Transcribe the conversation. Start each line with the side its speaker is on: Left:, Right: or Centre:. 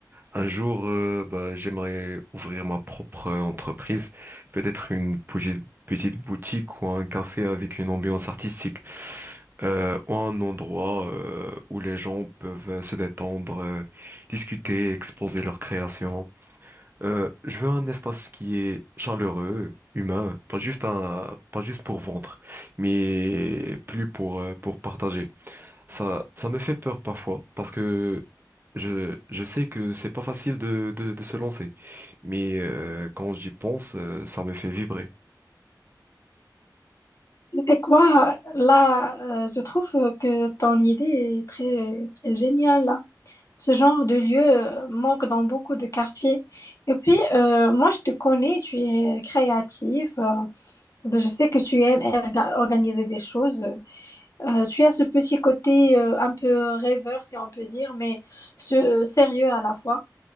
Right: Un jour, euh, bah, j'aimerais ouvrir ma propre euh, entreprise, peut-être une petite, petite boutique ou un café avec une ambiance artistique, euh, ou un endroit euh, où les gens peuvent se détendre, euh, discuter, exposer leurs créations. Euh, je veux un espace qui est chaleureux, humain, pas juste un, pas juste pour vendre, mais plus pour euh, pour partager. Ça, ça me fait peur parfois parce que je, je sais que c'est pas facile de, de, de se lancer. Mais euh, quand j'y pense, euh, ça me fait vibrer.
Left: C'est quoi? Là, euh, je trouve que ton idée est très, très géniale là. Ce genre de lieu euh, manque dans beaucoup de quartiers. Et puis, euh, moi, je te connais, tu es créatif. euh, ben, je sais que tu aimes erga- organiser des choses. Euh, tu as ce petit côté euh, un peu rêveur, si on peut dire, mais ce- euh, sérieux à la fois.